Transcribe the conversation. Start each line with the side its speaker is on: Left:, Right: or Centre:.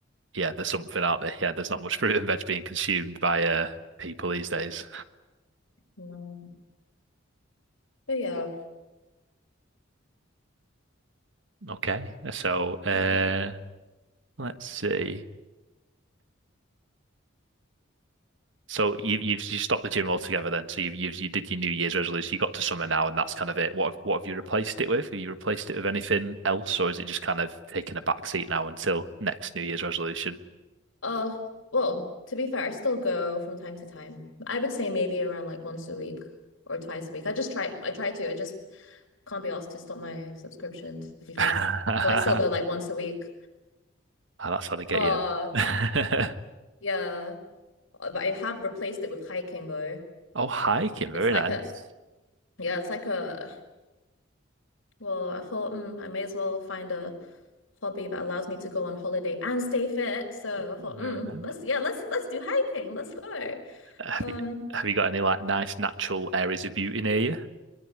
Right: yeah there's something out there yeah there's not much fruit and veg being consumed by uh people these days
Left: no, but yeah,
Right: Okay. So, uh,
Left: that,
Right: let's see. So you you've you stopped the gym altogether then. So you've you've you did your New Year's resolution. You got to summer now, and that's kind of it. What have, what have you replaced it with? Have you replaced it with anything else, or is it just kind of taking a back seat now until next New Year's resolution?
Left: uh, well, to be fair, I still go from time to time. I would say maybe around like once a week or twice a week. I just try. I try to. I just. can't be asked to stop my subscription, to be fair.
Right: <laughs>
Left: So I still go like once a week.
Right: Ah, that's how they get
Left: Uh,
Right: you. <laughs>
Left: yeah. Uh, But I have replaced it with hiking though.
Right: Oh, hiking, very
Left: It's like
Right: nice.
Left: a, yeah, it's like a, well, I thought mm, I may as well find a hobby that allows me to go on holiday and stay fit. So I
Right: Very
Left: thought, mm,
Right: nice.
Left: let's, yeah, let's, let's do hiking. Let's go.
Right: Have
Left: Um,
Right: you have you got any like nice natural areas of beauty near you?